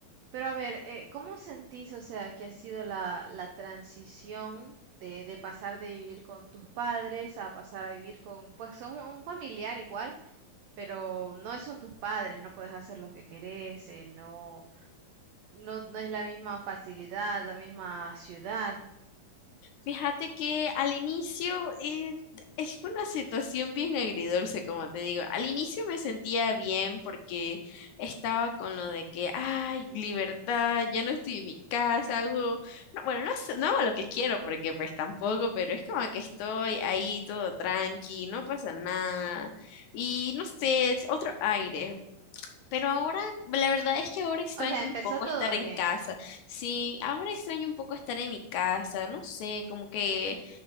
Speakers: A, on the right; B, on the left.
A: Pero a ver, eh, ¿cómo sentís, o sea, que ha sido la, la transición de, de pasar de vivir con tus padres a pasar a vivir con, pues, un, un familiar igual, pero no son tus padres, no puedes hacer lo que querés, eh, no, no, no es la misma facilidad, la misma ciudad.
B: Fíjate que al inicio eh, es una situación bien agridulce, como te digo. Al inicio me sentía bien porque estaba con lo de que, ay, libertad, ya no estoy en mi casa, hago, no, bueno, no, sé- no hago lo que quiero porque pues tampoco, pero es como que estoy ahí todo tranqui, no pasa nada. Y no sé, es otro aire. Pero ahora, la verdad es que ahora extraño
A: O sea, empezó
B: un poco
A: todo
B: estar en
A: bien.
B: casa. Sí, ahora extraño un poco estar en mi casa. No sé, como que